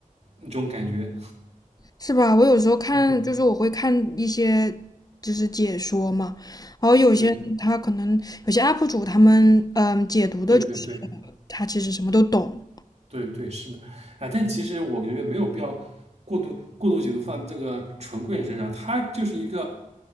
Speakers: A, on the right; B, on the left.
A: 那种感觉。
B: 是吧？我有时候看，
A: 嗯，
B: 就是我会看一些就是解说嘛，然后有些人他可能有些
A: 对
B: UP 主他们嗯解读的就是
A: 对对对
B: 他其实什么都懂，
A: 对对，是的。啊，但其实我觉得没有必要过度过度解读放这个纯贵人身上，他就是一个